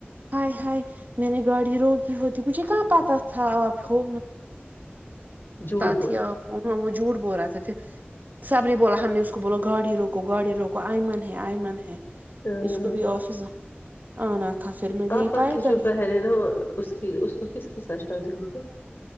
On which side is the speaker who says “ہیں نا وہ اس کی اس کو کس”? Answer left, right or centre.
Left